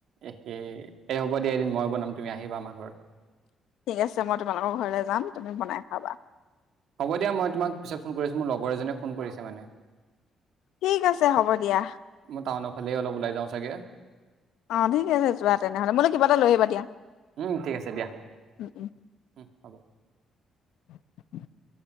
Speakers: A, on the right; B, on the left.
A: এস এই, হ'ব দিয়া এদিন, মই বনাম তুমি আহিবা আমাৰ ঘৰত।
B: ঠিক আছে মই তোমালোকৰ ঘৰলৈ যাম, তুমি বনাই খাবা।
A: হ'ব দিয়া, মই তোমাক পিছত ফোন কৰি আছোঁ, মোৰ লগৰ এজনীয়ে ফোন কৰিছে মানে।
B: ঠিক আছে, হ'ব দিয়া।
A: মই টাউনৰ ফালেই অলপ ওলাই যাওঁ চাগে।
B: অঁ, ঠিক আছে, যোৱা তেনেহ'লে, মোলৈ কিবা এটা লৈ আহিবা দিয়া।
A: উম ঠিক আছে দিয়া,
B: উম উম
A: উম হ'ব।
B: <inaudible>